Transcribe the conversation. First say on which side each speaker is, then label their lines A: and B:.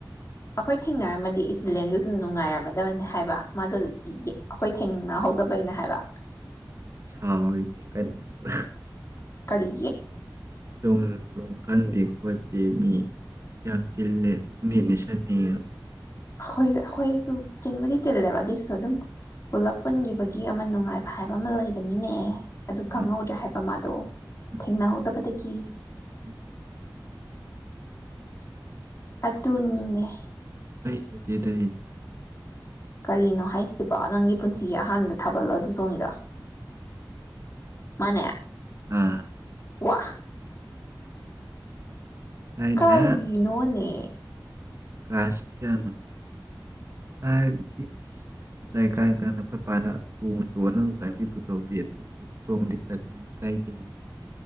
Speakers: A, on the left (about 40°); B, on the right (about 40°).
A: ꯑꯩꯈꯣꯏ ꯊꯦꯡꯅꯔꯝꯃꯗꯤ ꯏꯁꯇꯤꯗꯦꯟꯗꯨꯁꯨ ꯅꯨꯡꯉꯥꯏꯔꯝꯃꯗꯕꯅꯤ ꯍꯥꯏꯕ ꯃꯥꯗꯣ ꯑꯩꯈꯣꯏ ꯊꯦꯡꯅꯍꯧꯗꯕꯅ ꯍꯥꯏꯕ
B: ꯁꯩꯔꯤ <unintelligible>
A: ꯀꯔꯤ
B: ꯇꯣꯡꯅꯤꯡꯕ ꯈꯪꯗꯦ ꯈꯣꯠꯇꯦ ꯃꯤ ꯌꯥꯝ ꯆꯤꯜꯂꯦ ꯄꯨꯛꯅꯤꯡꯅꯤꯁꯟꯅꯩꯌꯦ
A: ꯑꯩꯈꯣꯏ ꯑꯩꯈꯣꯏꯁꯨ ꯆꯤꯟꯕꯨꯗꯤ ꯆꯤꯜꯂꯦꯕ ꯑꯗꯨꯏꯁꯨ ꯑꯗꯨꯝ ꯄꯨꯂꯞ ꯄꯨꯟꯈꯤꯕꯒꯤ ꯑꯃ ꯅꯨꯡꯉꯥꯏꯕ ꯍꯥꯏꯕ ꯑꯃ ꯂꯩꯕꯅꯤꯅꯦ ꯑꯗꯨ ꯈꯪꯍꯧꯗ꯭ꯔꯦ
B: ꯑꯥ
A: ꯍꯥꯏꯕ ꯃꯥꯗꯣ
B: ꯎꯝ
A: ꯊꯦꯡꯅꯍꯧꯗꯕꯗꯒꯤ ꯏ <unintelligible>
B: <inaudible>
A: ꯑꯗꯨꯨꯅꯤꯅꯦ
B: ꯗꯗꯤ <unintelligible>
A: ꯀꯔꯤꯅꯣ ꯍꯥꯏꯁꯤꯕꯣ ꯅꯪꯒꯤ ꯄꯨꯟꯁꯤꯒꯤ ꯑꯍꯥꯟꯕ ꯊꯥꯕꯜꯂꯣ ꯑꯗꯨ ꯆꯣꯡꯉꯤꯗꯣ ꯃꯥꯅꯦ
B: ꯎꯝ
A: ꯋꯥ
B: ꯊꯥꯏꯅ
A: ꯀꯔꯤꯅꯣꯅꯦ
B: ꯀ꯭ꯂꯥꯁ ꯀꯌꯥꯅꯣ ꯐꯥꯏꯚ ꯁꯤꯛꯁ ꯑꯗꯥꯏ ꯀꯥꯏꯔꯀꯥꯟꯗ ꯑꯩꯈꯣꯏ ꯏꯄꯥꯅ ꯆꯣꯡꯉ ꯆꯣꯡꯉꯒ ꯑꯃꯨꯛꯇꯪꯗꯤ ꯄꯨꯊꯣꯛꯄꯤ ꯑꯗꯨ ꯆꯣꯡꯗꯤ ꯀꯟꯗꯦ ꯀꯥꯏꯖꯩ